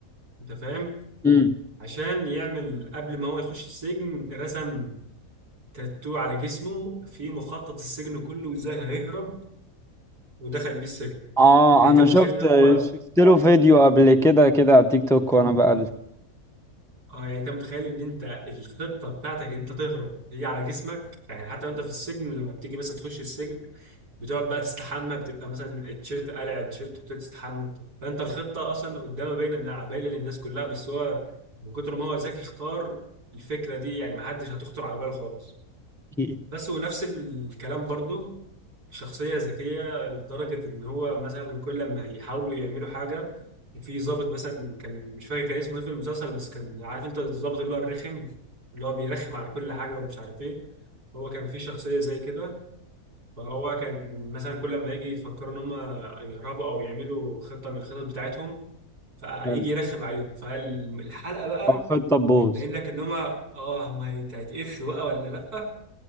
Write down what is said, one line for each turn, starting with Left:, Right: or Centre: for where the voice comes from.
Right: انت فاهم
Centre: امم
Right: عشان يعمل قبل ما هو يخش السجن رسم تاتو على جسمه في مخطط السجن كله وازاي هيهرب ودخل بيه السجن
Centre: اه
Right: يعني
Centre: انا
Right: انت متخيل
Centre: شفت
Right: ان هو
Centre: شفت له فيديو قبل كده كده على تيك توك وانا بقلب
Right: اه يعني انت متخيل ان انت الخطه بتاعتك ان انت تهرب هي على جسمك يعني حتى وانت في السجن لما بتيجي مثلا تخش السجن بتقعد بقى تستحمى بتبقى مثلا التيشيرت قلع التيشيرت وبتبتدي تستحمى فانت الخطه اصلا قدامها باينه انها باينه للناس كلها بس هو من كتر ما هو ذكي اختار الفكره دي يعني ما حدش هتخطر على باله خالص
Centre: <laughs>
Right: بس ونفس الكلام برضو شخصية ذكية لدرجة إن هو مثلا كل لما يحاولوا يعملوا حاجة في ضابط مثلا كان مش فاكر كان اسمه إيه في المسلسل بس كان عارف أنت الضابط اللي هو الرخم اللي هو بيرخم على كل حاجة ومش عارف إيه هو كان في شخصية زي كده فهو كان مثلا كل لما يجي يفكروا إن هم يهربوا أو يعملوا خطة من الخطط بتاعتهم فيجي
Centre: حلو
Right: يرخم عليهم فالحلقة بقى
Centre: آه، خد طبوز
Right: بتبين لك إن هم آه هم هيتقفشوا بقى ولا لأ